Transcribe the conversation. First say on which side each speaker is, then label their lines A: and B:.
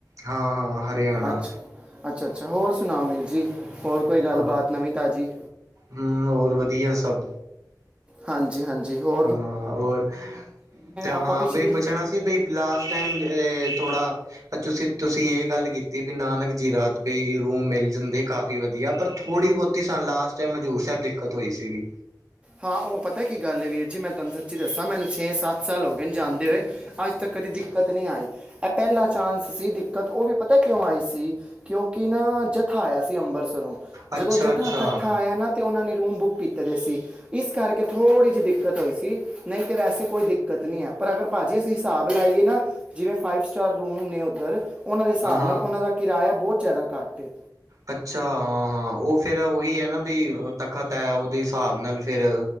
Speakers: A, on the right (about 55°); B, on the right (about 15°).
A: ਹਾਂ ਹਾਂ ਹਰਿਆਣਾ
B: ਅੱਛਾ ਅੱਛਾ ਅੱਛਾ ਹੋਰ ਸੁਣਾਓ ਵੀਰ ਜੀ ਹੋਰ ਕੋਈ ਗੱਲਬਾਤ
A: ਹਾਂ
B: ਨਵੀਂ ਤਾਜ਼ੀ
A: ਹਮ ਹੋਰ ਵਧੀਆ ਸਭ
B: ਹਾਂਜੀ ਹਾਂਜੀ ਹੋ
A: ਹਾਂ ਹੋਰ ਤੇ
B: ਆਪਾਂ
A: ਹਾਂ
B: ਪਿਛਲੀ
A: ਬਈ ਪੁੱਛਣਾ ਸੀ ਬਈ ਲਾਸਟ ਟਾਈਮ ਅ ਥੋੜ੍ਹਾ ਤੁਸੀਂ ਤੁਸੀਂ ਇਹ ਗੱਲ ਕੀਤੀ ਵੀ ਨਾਨਕ ਜੀ ਰਾਤ ਬ ਰੂਮ ਮਿਲ ਜਾਂਦੇ ਕਾਫੀ ੀ ਵਧੀਆ ਪਰ ਥੋੜੀ ਬਹੁਤੀ ਸਾਨੂੰ ਲਾਸਟ ਟਾਈਮ ਹਜ਼ੂਰ ਸਾਹਿਬ ਦਿੱਕਤ ਹੋਈ ਸੀਗੀ
B: ਹਾਂ ਉਹ ਪਤਾ ਕੀ ਗੱਲ ਹੈ ਵੀਰ ਜੀ ਮੈਂ ਤੁਹਾਨੂੰ ਸੱਚੀ ਦੱਸਾਂ ਮੈਨੂੰ ਛੇ ਸੱਤ ਸਾਲ ਹੋ ਗਏ ਨੇ ਜਾਣਦੇ ਹੋਏ ਅੱਜ ਤੱਕ ਕਦੀ ਦਿੱਕਤ ਨਹੀਂ ਆਈ ਇਹ ਪਹਿਲਾ ਚਾਂਸ ਸੀ ਦਿੱਕਤ ਉਹ ਵੀ ਪਤਾ ਕਿਉਂ ਆਈ ਸੀ ਕਿਉਂਕਿ ਨਾ ਜਥਾ ਆਇਆ ਸੀ ਅੰਬਰਿਤਸਰੋਂ
A: ਅੱਛਾ
B: ਜਦੋਂ ਜਥਾ
A: ਅੱਛਾ
B: ਇਕੱਠਾ ਆਇਆ ਨਾ ਅਤੇ ਉਹਨਾਂ ਨੇ ਰੂਮ ਬੁੱਕ ਕੀਤੇ ਦੇ ਸੀ ਇਸ ਕਰਕੇ ਥੋੜ੍ਹੀ ਜਿਹੀ ਦਿੱਕਤ ਹੋਈ ਸੀ ਨਹੀਂ ਤਾਂ ਵੈਸੇ ਕੋਈ ਦਿੱਕਤ ਨਹੀਂ ਆ ਪਰ ਅਗਰ ਭਾਅ ਜੀ ਅਸੀਂ ਹਿਸਾਬ ਲਾਈਏ ਨਾ ਜਿਵੇਂ ਫਾਈਵ ਸਟਾਰ ਰੂਮ ਨੇ ਉੱਧਰ ਉਹਨਾਂ ਦੇ ਹਿਸਾਬ
A: ਹਾਂ ਹਾਂ
B: ਨਾਲ ਉਹਨਾਂ ਦਾ ਕਿਰਾਇਆ ਬਹੁਤ ਜ਼ਿਆਦਾ ਘੱਟ ਹੈ
A: ਅੱਛਾ ਹਾਂ ਹਾਂ ਉਹ ਫਿਰ ਉਹੀ ਹ ਨਾ ਵੀ ਤਖਤ ਹ ਉਹਦੇ ਹਿਸਾਬ ਨਾਲ ਫੇਰ